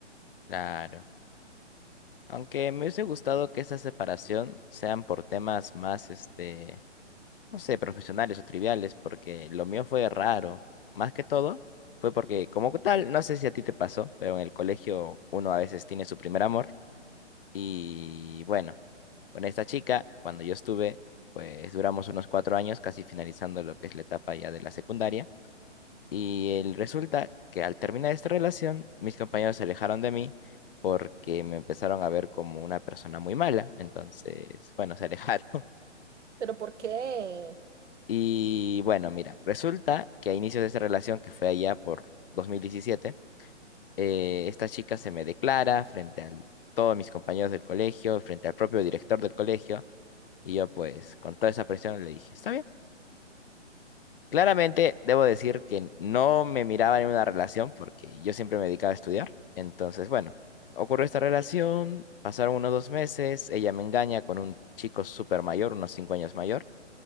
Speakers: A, on the left (about 50°); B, on the right (about 70°).
A: Claro. Aunque me hubiese gustado que esa separación sean por temas más, este, no sé, profesionales o triviales, porque lo mío fue raro. Más que todo, fue porque como tal, no sé si a ti te pasó, pero en el colegio uno a veces tiene su primer amor y bueno. Con esta chica, cuando yo estuve, pues duramos unos cuatro años, casi finalizando lo que es la etapa ya de la secundaria. Y el resulta que al terminar esta relación, mis compañeros se alejaron de mí porque me empezaron a ver como una persona muy mala. Entonces, bueno, se alejaron. <laughs>
B: Pero ¿por qué?
A: Y bueno, mira, resulta que a inicios de esa relación, que fue allá por 2017, eh, esta chica se me declara frente a todos mis compañeros del colegio, frente al propio director del colegio. Y yo pues con toda esa presión le dije, está bien Claramente debo decir que no me miraba en una relación porque yo siempre me dedicaba a estudiar. Entonces, bueno, ocurrió esta relación, pasaron unos dos meses, ella me engaña con un chico súper mayor, unos cinco años mayor.